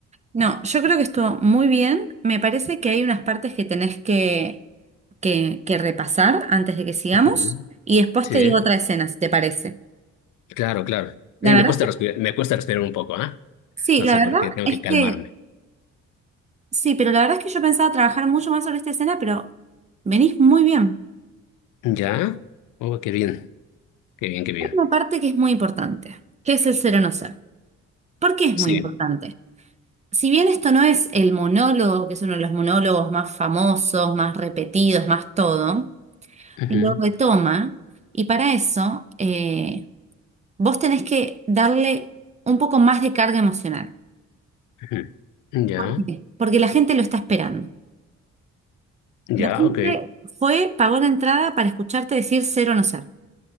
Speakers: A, on the right (about 25°); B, on the left (about 80°).
A: No, yo creo que estuvo muy bien. Me parece que hay unas partes que tenés que, que, que repasar antes de que sigamos
B: Ujú.
A: y después
B: Sí,
A: te digo otra escena, si te parece.
B: claro, claro.
A: La
B: Eh,
A: verdad
B: me cuesta
A: es
B: respirar,
A: que,
B: me cuesta respirar un poco, ¿ah?
A: sí,
B: No
A: la
B: sé
A: verdad
B: por qué, tengo
A: es
B: que calmarme.
A: que, sí, pero la verdad es que yo pensaba trabajar mucho más sobre esta escena, pero venís muy bien.
B: ¿Ya? Oh, qué bien, qué bien, qué bien.
A: Hay una parte que es muy importante, que es el ser o no ser. ¿Por qué es
B: Sí.
A: muy importante? Si bien esto no es el monólogo, que es uno de los monólogos más famosos, más repetidos, más todo,
B: ujú,
A: lo retoma y para eso eh, vos tenés que darle un poco más de carga emocional.
B: ujú. Ya,
A: ¿Por qué? Porque la gente lo está esperando.
B: ya,
A: La gente
B: ok,
A: fue, pagó la entrada para escucharte decir ser o no ser.